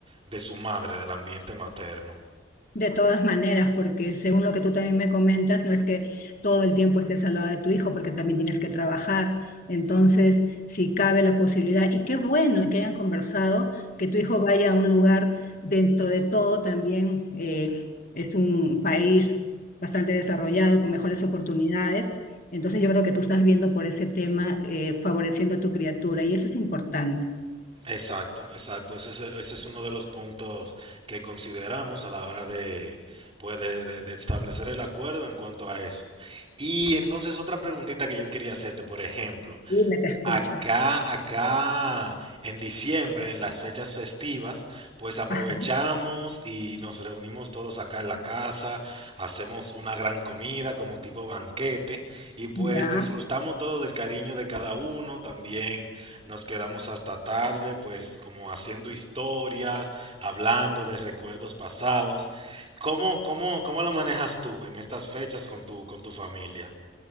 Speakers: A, on the right; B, on the left.
A: de su madre, del ambiente materno.
B: De todas maneras, porque según lo que tú también me comentas, no es que todo el tiempo estés al lado de tu hijo, porque también tienes que trabajar. Entonces, si cabe la posibilidad, y qué bueno que hayan conversado, que tu hijo vaya a un lugar dentro de todo también, eh, es un país bastante desarrollado, con mejores oportunidades. Entonces, yo creo que tú estás viendo por ese tema, eh, favoreciendo a tu criatura, y eso es importante.
A: Exacto, exacto. Ese es, ese es uno de los puntos que consideramos a la hora de, pues, de, de- de establecer el acuerdo en cuanto a eso. Y entonces otra preguntita que yo quería hacerte, por ejemplo,
B: Dime, te escucho.
A: Acá, acá, en diciembre, en las fechas festivas, pues aprovechamos
B: Ajá.
A: y nos reunimos todos acá en la casa, hacemos una gran comida como tipo banquete y pues
B: Ya.
A: disfrutamos todo del cariño de cada uno, también nos quedamos hasta tarde, pues como haciendo historias, hablando de recuerdos pasados. ¿Cómo, cómo, cómo lo manejas tú en estas fechas con tu, con tu familia?